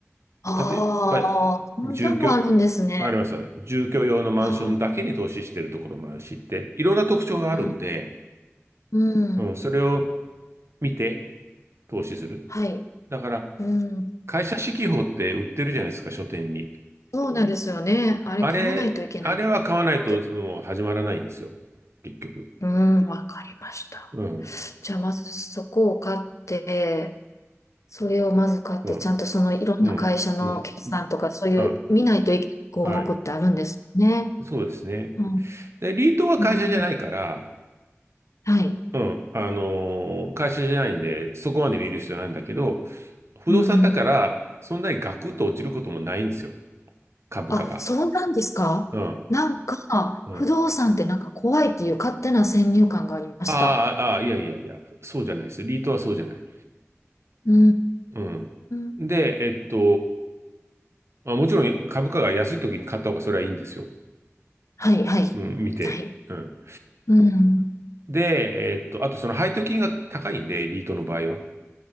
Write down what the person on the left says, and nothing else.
ああ、
そんなもあるんですね。
ああ、
うん、うん、
はい、
うん、
そうなんですよね。あれ買わないといけないなと思って。
うん、わかりました。
じゃあまずそこを買って、それをまず買って、
ちゃんとそのいろんな会社の決算とかそういう見ないといけない項目ってあるんですよね。
うん、
うん、うんはい、
うん。
あ、そうなんですかなんか、
不動産ってなんか怖いっていう勝手な先入観がありました。
うー
ん。
はい、はい。
はい。
うん。